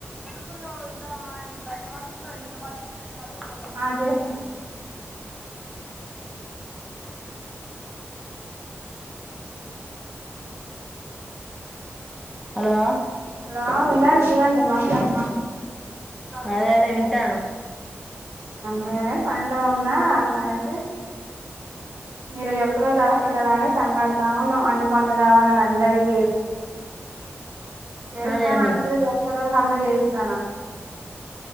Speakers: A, in the centre; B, on the right.
A: కు ఇ బైట వాడుకున్నా ఇంత వా మ
B: ఆ చేస్తా
A: హలో
B: హలో వినడి వినాడి మాట్లాడు
A: అదే అదే వినిట్ను
B: నేరే పనిలో ఉన్నా అట్లానేసి మీరు ఎక్కరోలు వస్తు కదా అని తలాడుతా ఉన్నాం అన్ని పండ్లు కావాల అందరిక చేస్తాను
A: అదే అండి
B: అందరి ఒరు కంప్లీట్ చేయిస్త